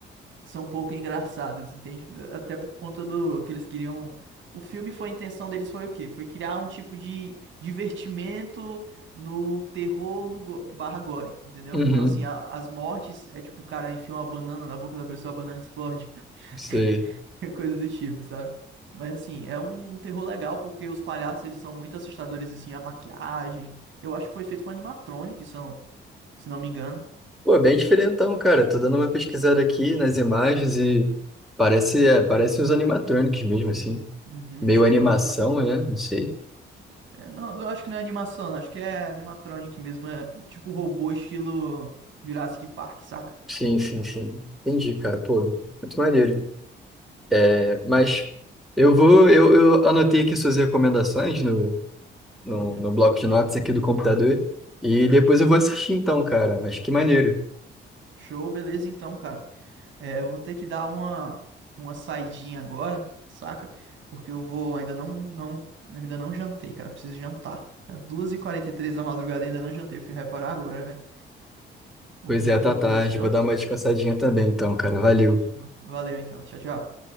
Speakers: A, on the right; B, in the centre.
A: são um pouco engraçadas, entende? Até por conta do que eles queriam O filme foi, a intenção deles foi o quê? Foi criar um tipo de divertimento no terror no go- barra gore, entendeu?
B: Uhum,
A: Então, assim, a- as mortes é tipo o cara enfia uma banana na boca da pessoa, a banana explode.
B: sei.
A: <laughs> coisa do tipo, sabe? Mas assim, é um terror legal porque os palhaços eles são muito assustadores assim, a maquiagem. Eu acho que foi feito com animatronic, se não, se não me engano.
B: Pô, bem diferentão, cara. Tô dando uma pesquisada aqui nas imagens e parece, é, parece os animatronics mesmo, assim.
A: Uhum,
B: Meio
A: estilo
B: animação,
A: Jurassic.
B: né? Não sei.
A: é, não, eu acho que não é animação, acho que é animatronic mesmo, é tipo robô estilo Jurassic Park, saca?
B: Sim, sim, sim. Entendi, cara. Pô, muito maneiro. É, mas eu vou, eu, eu anotei aqui suas recomendações no, no,
A: Uhum.
B: no bloco de notas aqui do computador e depois eu vou assistir então, cara. Mas que maneiro.
A: Show, beleza então, cara. É, eu vou ter que dar uma, uma saidinha agora, saca? Porque eu vou, ainda não, não, ainda não jantei, cara, preciso jantar. É duas e quarenta e três da madrugada, ainda não jantei, fui reparar agora, velho. Vou
B: Pois
A: comer
B: é,
A: alguma
B: tá tarde.
A: coisa, show?
B: Vou dar uma descansadinha também, então, cara. Valeu.
A: Show. Valeu então, tchau, tchau.